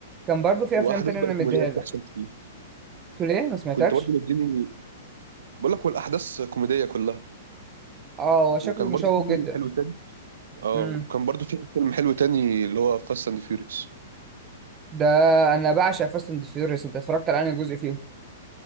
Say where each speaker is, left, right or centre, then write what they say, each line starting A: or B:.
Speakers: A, on the right; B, on the right.
A: كان برضو في
B: واحداث
A: افلام تانية
B: بقى
A: انا مديها
B: كوميديه بتحصل
A: لك
B: كتير
A: قلت ليه ما سمعتكش
B: كنت برضه مديني بقول لك والاحداث كوميديه كلها
A: اه هو شكله
B: وكان
A: مشوق
B: برضه في فيلم
A: جدا
B: حلو تاني اه
A: امم
B: وكان برضه في فيلم حلو تاني اللي هو فاست اند فيوريوس
A: ده انا بعشق فاست اند فيوريوس انت اتفرجت على انهي جزء فيهم